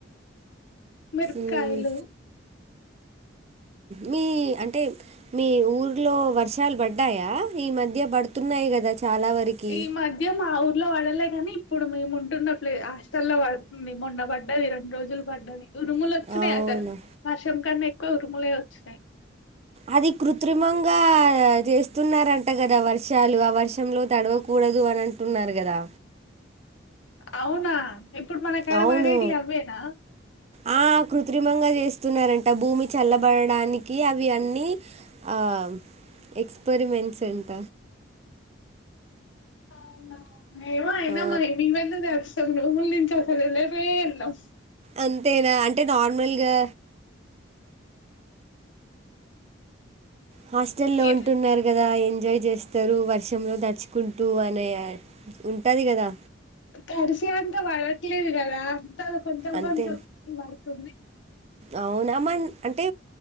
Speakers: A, on the left; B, on the right.
A: మిరపకాయలు
B: మ్మ్ మీ అంటే మీ ఊర్లో వర్షాలు పడ్డాయా ఈ మధ్య పడుతున్నాయి కదా చాలా వరకి
A: ఈ మధ్య మావు పడలే కాని ఇప్పుడు మేము ఉంటున్న ప్లే హాస్టల్లో పడుతుంది మొండ పడ్డది రెండు రోజులు పడ్డది ఉరుములు వచ్చన్నాయి
B: అవునా
A: అసలు వర్షం కన్నా ఉరుములే వచ్చినాయి
B: అది కృత్రిమంగా చేస్తున్నారంట కదా వర్షాలు ఆ వర్షంలో తడవకూడదు అని అంటున్నారు కదా
A: అవునా ఇప్పుడు మనకుడపడేటియి
B: అవును
A: అవ్వేనా
B: ఆ కృత్రిమంగా చేస్తున్నారంట భూమి చల్లబడడానికి అవి అన్నీ ఆ ఎక్స్పెరిమెంట్స్ అంట
A: అవునా ఏమో అయినా
B: ఆ
A: మ మేమెందుకు తడిచ్ రూముల్నుంచి అసలు ఎల్లనే ఎల్లం
B: అంతేనా అంటే నార్మల్గా హాస్టల్లో
A: మీరు
B: ఉంటున్నారు కదా ఎంజాయ్ చేస్తారు వర్షంలో తడుచుకుంటూ అనే ఉంటది కదా
A: తడిసే అంత పడట్లేదు కదా కొంచెం
B: అంతే
A: కొంచెం పడుతుంది
B: అవునా మ అంటే